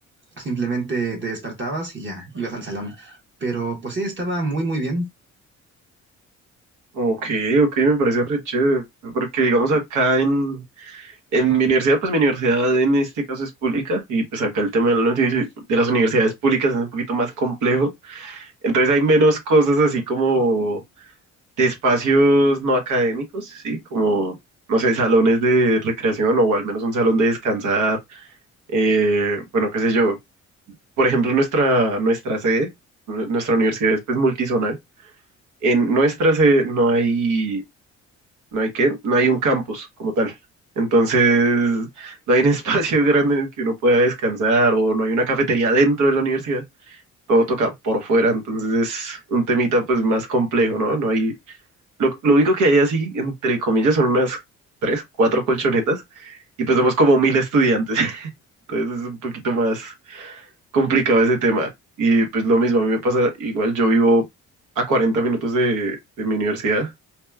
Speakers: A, on the right; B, on the right.
A: simplemente te despertabas y ya, ibas al salón. Pero pues sí, estaba muy, muy bien.
B: Ok, ok, me parece re chévere. Porque digamos acá en, en mi universidad, pues mi universidad en este caso es pública y pues acá el tema de la noticia- de las universidades públicas es un poquito más complejo. Entonces hay menos cosas así como de espacios no académicos, ¿sí? Como, no sé, salones de recreación o al menos un salón de descansar Eh, bueno, qué sé yo. Por ejemplo, nuestra, nuestra sede, nu- nuestra universidad es pues multizonal. En nuestra sede no hay, no hay qué, no hay un campus como tal. Entonces, no hay un <laughs> espacio grande en el que uno pueda descansar o no hay una cafetería dentro de la universidad. Todo toca por fuera, entonces es un temita pues más complejo, ¿no? No hay, lo, lo único que hay así, entre comillas, son unas tres, cuatro colchonetas y pues somos como mil estudiantes. <laughs> Entonces es un poquito más complicado ese tema. Y pues lo mismo, a mí me pasa igual, yo vivo a 40 minutos de, de mi universidad,